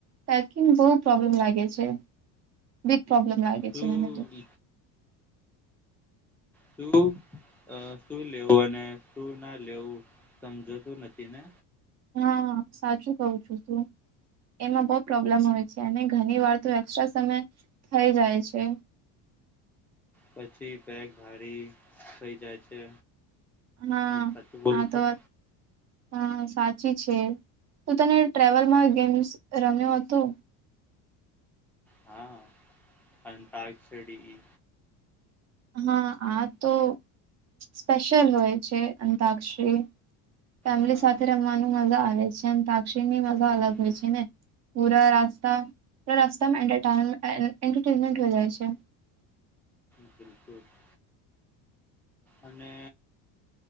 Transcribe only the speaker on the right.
પેકિંગ બહુ પ્રબ્લેમ લાગે છે બિગ પ્રબ્લેમ લાગે
છે મને તો
હા સાચું કઉ છું તું એમાં બહુ પ્રોબ્લેમ હોય છે અને ઘણી વાર તો એસ્ટ્રા સમય થઈ જાય છે.
હા
આ તો
હા સાચી છે. તો તને ટ્રાવલમાં ગેમ્સ રમ્યો હતો.
હા આ તો સ્પેશયલ હોય છે અંતાક્ષરી ફેમિલી
સાથે રમવાનું મજા આવે છે અને અન્તાક્ષરી ની મજા અલગ
હોય છે ને પૂરા રાસ્તા પુરા રસ્તામાં એન્ટન્ટરટેનમેન્ટ હો જાય છે.